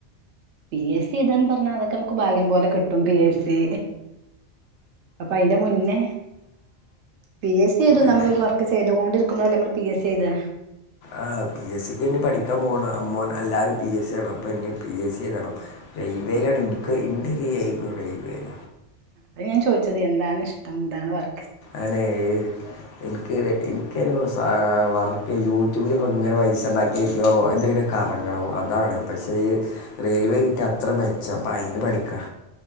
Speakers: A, on the right; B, on the left.
A: പി എസ് സി എയ്താന്ന് പറഞ്ഞാ അതൊക്കെ മ്മക്ക് ഭാഗ്യം പോലെ കിട്ടും പി എസ് സി അപ്പ അയിന്റ മുന്നേ പി എസ് സി എയ്തും
B: അല്ലേ
A: നമ്മളൊരു വർക്ക് ചെയ്തുങ്ങോണ്ടിരിക്കുമ്പഴല്ലേ നമ്മള് പി എസ് സി ചെയ്താ
B: ആഹ് പി എസ് സിക്ക് ഇനി പഠിക്കാൻ പോണ അമ്മോൻ എല്ലാരും പി എസ് സിയാണ് അപ്പ എന്നേം പി എസ് സി എഴുതണം റെയിൽവേലാണ് ഇനിക്ക് ഇൻ്റൊരു എയിമ് റെയിൽവേല
A: അയ് ഞാൻ ചോയിച്ചത് എന്താണ് ഇഷ്ടം എന്താണ് വർ
B: അനേ എനിക്ക് എനിക്കെനോ സാ വർക്ക് യൂട്യൂബില് ഇപ്പിങ്ങനെ പൈസണ്ടാക്കി ലോ എന്തെങ്ങനെ കറങ്ങണം അതാണ് പക്ഷേ ഈ റെയിൽവേ കിട്ടിയ അത്ര മെച്ചം പ്പയിന് പഠിക്കാ